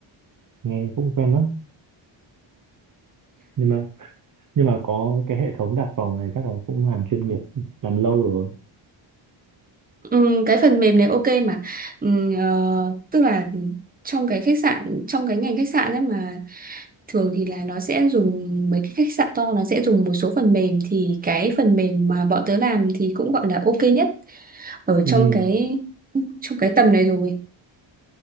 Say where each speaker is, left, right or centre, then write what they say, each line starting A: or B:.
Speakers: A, on the right; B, on the right.
A: Nghe cũng quen lắm. Nhưng mà nhưng mà có cái hệ thống đặt phòng này chắc là cũng làm chuyên nghiệp, làm lâu rồi.
B: Ừm, cái phần mềm này ok mà Ừm, ờ, tức là trong cái khách sạn trong cái ngành khách sạn ấy mà thường thì là nó sẽ dùng mấy cái khách sạn to nó sẽ dùng một số phần mềm thì cái phần mềm mà bọn tớ làm thì cũng gọi là ok nhất ở
A: Ừ.
B: trong cái trong cái tầm này rồi